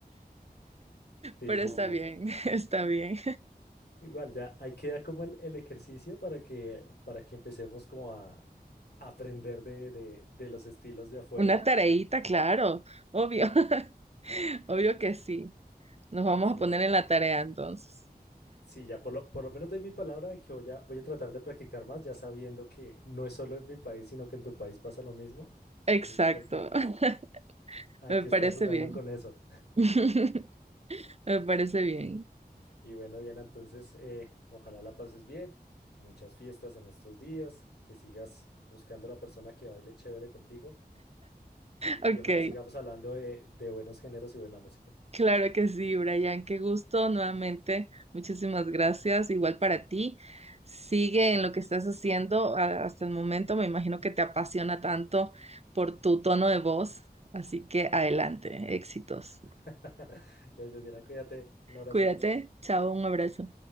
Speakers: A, on the left; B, on the right.
A: Sí,
B: pero
A: sí,
B: está
A: sí.
B: bien, <laughs> está bien.
A: Igual, ya ahí queda como el, el ejercicio para que, para que empecemos como a aprender de, de, de los estilos de afuera,
B: Una
A: porque
B: tareita, claro, obvio, <laughs> obvio que sí. Nos vamos
A: sí,
B: a poner
A: bueno, pero
B: en la
A: ahí
B: tarea entonces.
A: Sí, ya por lo, por lo menos doy mi palabra de que voy a, voy a tratar de practicar más, ya sabiendo que no es solo en mi país, sino que en tu país pasa lo mismo.
B: Exacto,
A: Entonces hay, que-
B: <laughs>
A: hay
B: me
A: que
B: parece
A: estar jugando
B: bien.
A: con eso.
B: <laughs> Me parece bien.
A: Y bueno, Diana, entonces eh, ojalá la pases bien. Muchas fiestas en estos días, que sigas buscando la persona que baile chévere contigo y,
B: Ok.
A: y ojalá sigamos hablando de, de buenos géneros y buena música.
B: Claro que sí, Brian, qué gusto nuevamente. Muchísimas gracias. Igual para ti. Sigue en lo que estás haciendo a- hasta el momento. Me imagino que te apasiona tanto por tu tono de voz. Así que adelante, éxitos.
A: <laughs> Gracias, Diana, cuídate. Un abrazo.
B: Cuídate. Chao, un abrazo.